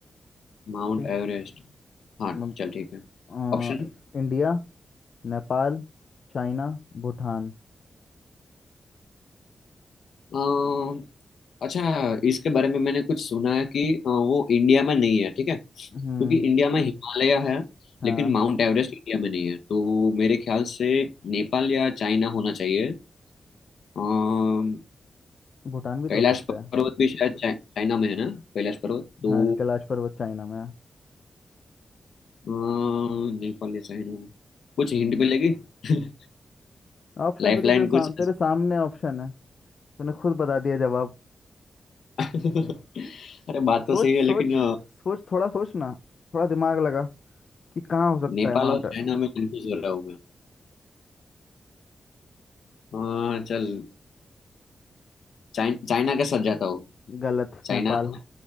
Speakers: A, on the left (about 90°); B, on the left (about 60°).
A: Mount
B: ठीक
A: Everest हाँ
B: म-
A: चल ठीक है
B: अ,
A: ऑप्शन
B: इंडिया नेपाल चाइना भूटान
A: हाँ अच्छा इसके बारे में मैंने कुछ सुना है कि अ, वो इंडिया में नहीं है ठीक है
B: हम्म
A: क्योंकि इंडिया में हिमालय है
B: हाँ
A: लेकिन माउंट एवरेस्ट इंडिया में नहीं है तो मेरे ख्याल से नेपाल या चाइना होना चाहिए अम,
B: भूटान भी
A: कैलाश
B: तो हो सकता
A: पर्वत
B: है
A: भी शायद चाइ- चाइना में है ना कैलाश पर्वत तो
B: हाँ कैलाश पर्वत चाइना में है
A: अम, नेपाल या चाइना कुछ हिंट मिलेगी <laughs>
B: ऑप्शन
A: लाइफलाइन
B: तुझे तेरे साम,
A: कुछ
B: तेरे सामने ऑप्शन है तूने खुद बता दिया जवाब
A: <laughs> अरे बात तो
B: सोच
A: सही
B: सोच
A: है लेकिन अ,
B: सोच थोड़ा सोच ना थोड़ा दिमाग लगा कि कहाँ हो सकता
A: नेपाल
B: है माउंट
A: और चाइना में कंफ्यूज हो रहा हूँ मैं अ, चल चाइ- चाइना के साथ जाता हूँ
B: गलत
A: चाइना
B: नेपाल
A: में।